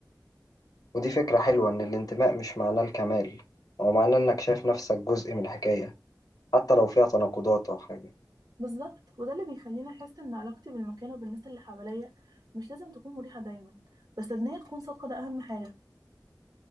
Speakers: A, on the left; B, on the right.
A: ودي فكرة حلوة إن الانتماء مش معناه الكمال هو معناه إنك شايف نفسك جزء من الحكاية حتى لو فيها تناقضات أو حاجة
B: بالظبط وده اللي بيخليني احس ان علاقتي بالمكان وبالناس اللي حواليا مش لازم تكون مريحه دايما بس ان هي تكون صادقه ده اهم حاجه